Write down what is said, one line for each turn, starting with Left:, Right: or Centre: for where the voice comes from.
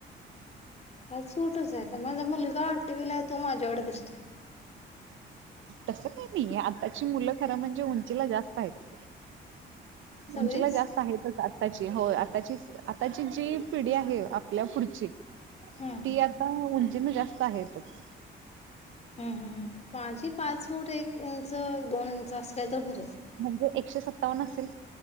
Left: पाच फुटच ये आता माझा मुलगा आठव्हीला आहे तो माझ्या एव्हढ दिसतोय.
Right: तसं काही नाही आताची मुलं खरं म्हणजे उंचीला जास्त आहेत.
Left: सगळीच
Right: उंचीला जास्त आहे. आत्ताची हो आताची, आताची जी पिढी आहे आपल्या पुढची
Left: हम्म
Right: ती आता उंचीन जास्त आहेतच.
Left: हम्म हं हं माझी पाच फूट एक इंच दोन इंच असं काही तर भरेल.
Right: म्हणजे एकशे सत्तावन्न असेल